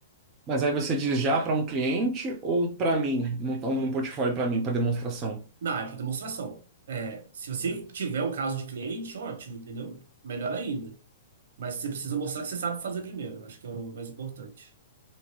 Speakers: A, on the right; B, on the right.
A: Mas aí você diz já para um cliente ou para mim, montar um portfólio para mim, para demonstração?
B: Não, é para demonstração. É, se você tiver um caso de cliente, ótimo, entendeu? Melhor ainda. Mas você precisa mostrar que você sabe fazer primeiro. Acho que é o mais importante.